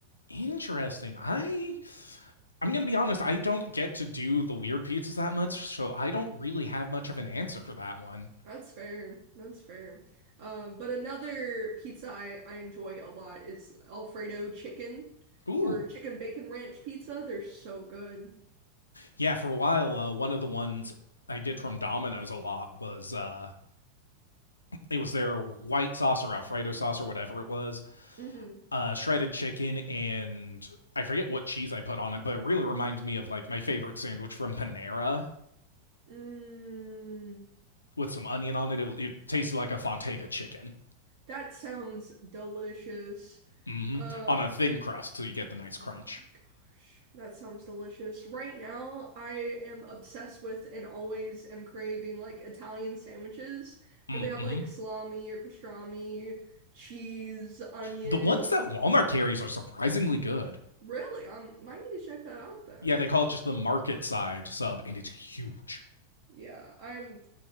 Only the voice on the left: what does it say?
Interesting. I I'm gonna be honest, I don't get to do the weird pizzas that much, so I don't really have much of an answer for that one.
Ooh.
Yeah, for a while, uh, one of the ones I did from Domino's a lot was uh it was their white sauce or Alfredo sauce or whatever it was,
uh shredded chicken and I forget what cheese I put on it, but it really reminded me of like my favorite sandwich from Panera
with some onion on it. It, it tasted like a Fontega chicken.
hmm
On a thin crust, so you get the nice crunch.
Mm-hmm.
The ones that Walmart carries are surprisingly good.
Yeah, they call it just the market side sub, and it's huge.